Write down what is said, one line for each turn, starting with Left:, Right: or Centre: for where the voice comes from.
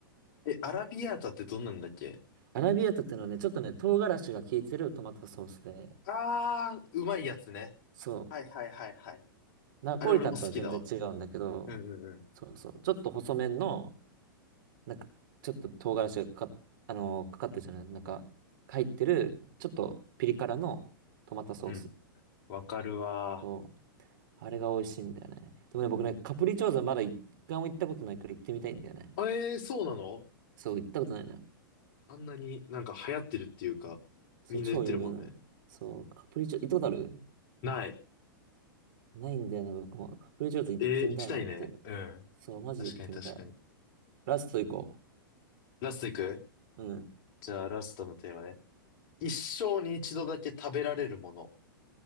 Left: え、アラビアータってどんなんだっけ
Right: アラビアータってのはね、ちょっとね、唐辛子が効いてるトマトソースで、
Left: あー、うまいやつね。
Right: そ
Left: はいはいはいはい。
Right: う。ナポリタンとは全然違うんだけど、
Left: あれ俺も好きだわ。うんうんうん。
Right: そうそう。ちょっと細麺の、なんか、ちょっと唐辛子がかかっ、あのーかかってるじゃない、なんか、入ってる、ちょっとピリ辛のトマトソース。
Left: うん。わかるわ。
Right: そう。あれが美味しいんだよね。でもね、僕ね、カプリチョーザまだ一回も行ったことないから行ってみたいんだよね。
Left: えー、そうなの
Right: そう、行ったことないな。
Left: あんなになんか流行ってるっていうか、
Right: そう、
Left: みんな言ってるもんね。
Right: 超有名なの。そう、カプリチョ、行ったことある
Left: ない。
Right: ないんだよな、僕も。カプリチョーズ行ってみたいなって。
Left: えー、行きたいね。うん。
Right: そう、マジで行ってみたい。
Left: 確かに確かに。
Right: ラスト行こ
Left: ラスト行く
Right: う。うん。
Left: じゃあラストのテーマね。一生に一度だけ食べられるもの。